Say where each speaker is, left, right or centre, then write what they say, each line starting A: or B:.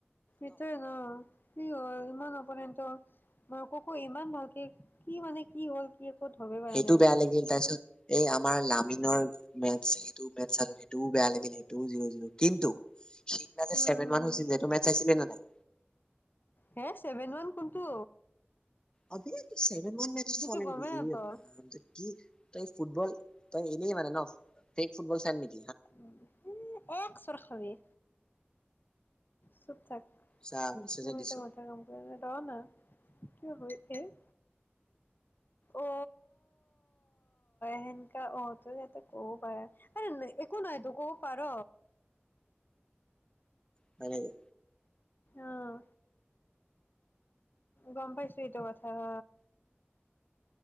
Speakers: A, on the left; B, on the left.
A: ইথে ন কি হল ইমান অপনেণ্ট ত মোকো ইমান ভালকে, কি মানে কি হ'ল, কি ক'ত, ধৰিব পৰা
B: সেইটো
A: নাই।
B: বেয়া লাগিল তাৰপিছত এই আমাৰ লামিনৰ মেটচ, সেইটো মেটচ চালো সেইটোও বেয়া লাগিল, সেইটোও জিৰ জিৰ কিন্তু সিদিনা
A: উম,
B: ছেভেন ৱান
A: উম,
B: হৈছিল সেইটো মেচ চাইছিলে নে নাই।
A: হে ছেভেন ওৱান কোনটো?
B: অতিত ছেভেন মান মেছটো
A: সেইটো
B: চলে
A: গমেই
B: নেকি কি?
A: নাপাও।
B: এ ৰাম তই কি ফুটবল তই এনেই মানে ন ফেক ফটবল চা নিক-
A: উম, এক চৰ খাৱি। চুব থাক,
B: চা মেছেজত
A: মোৰ
B: দিছো
A: এতিয়া মথা কাম কৰি ৰ ন। কিয় হৈ এই অ সেনেকা আহ তই ইতে কব পাৰ একো নহাই তো কব পাৰ।
B: হয় নেকি?
A: আহ গম পাইছো এইটো কথা হ